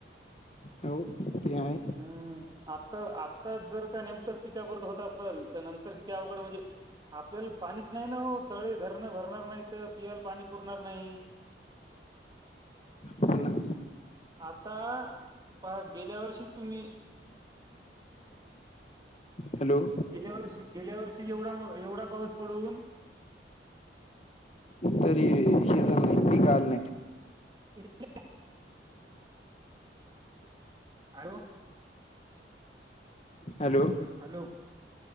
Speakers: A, on the left; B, on the right.
A: यो ते आहे.
B: हम्म आता आत्ता जर का नेमकंच पिका पुरतं होत असेल तर नंतर किती अवघड म्हणजे? आपल्याला पाणीच नाही ना हो? तळे, धरणं भरणार नाही तर पियायला पाणी पुरणार नाही.
A: हो ना?
B: आता प गेल्या वर्षी तुम्ही?
A: हॅलो!
B: गेल्या वर्षी गेल्या वर्षी एवढा एवढा पाऊस पडून?
A: तरी हे झालं नाही पीक आलं नाहीत.
B: <unintelligible> आयो.
A: हॅलो!
B: हॅलो!